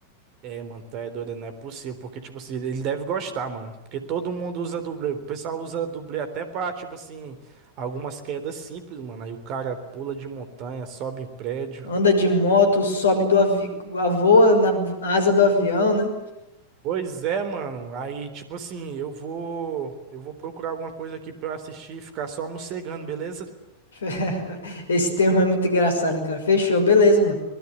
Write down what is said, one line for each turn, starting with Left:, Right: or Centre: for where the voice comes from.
Right: É, mano, tá é doido, não é possível. Porque, tipo assim, ele deve gostar, mano. Porque todo mundo usa dublê. O pessoal usa dublê até pra, tipo assim, algumas quedas simples, mano. Aí o cara pula de montanha, sobe em prédio.
Left: Anda de moto, sobe do avião, voa na asa do avião, né?
Right: Pois é, mano. Aí, tipo assim, eu vou, eu vou procurar alguma coisa aqui pra eu assistir, e ficar só mocegando, beleza?
Left: <laughs> Esse termo é muito engraçado, cara. Fechou, beleza, mano.